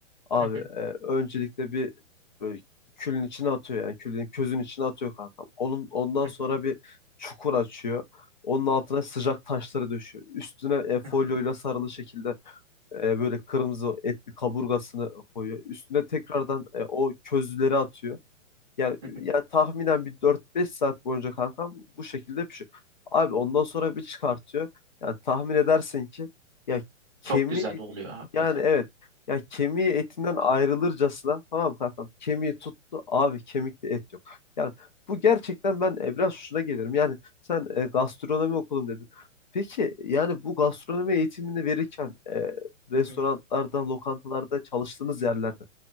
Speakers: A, on the left (about 40°); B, on the right (about 20°).
A: Abi
B: Hı hı,
A: e, öncelikle bir böyle külün içine atıyor yani külün közün içine atıyor kankam. Onun ondan
B: hı
A: sonra
B: hı,
A: bir çukur açıyor. Onun altına sıcak taşları döşüyor. Üstüne e, folyoyla
B: hı hı,
A: sarılı şekilde e, böyle kırmızı etli kaburgasını koyuyor. Üstüne tekrardan e, o közleri atıyor. Yani
B: hı hı.
A: ya tahminen bir dört beş saat boyunca kankam bu şekilde pişiyor. Abi ondan sonra bir çıkartıyor. Yani tahmin edersin ki ya kemiği
B: Çok güzel oluyor hakikaten.
A: yani evet ya kemiği etinden ayrılırcasına tamam mı kankam kemiği tuttu abi kemikte et yok. Yani bu gerçekten ben e, biraz şuna gelirim. Yani sen e, gastronomi okudum dedin. Peki yani bu gastronomi eğitimini verirken e, restoranlarda,
B: Hı hı,
A: lokantalarda çalıştığınız yerlerde